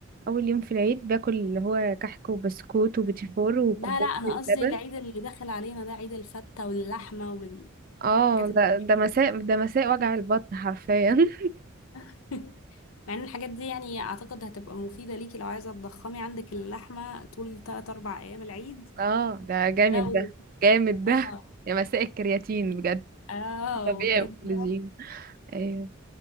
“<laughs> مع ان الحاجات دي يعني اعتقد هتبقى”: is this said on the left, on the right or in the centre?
Left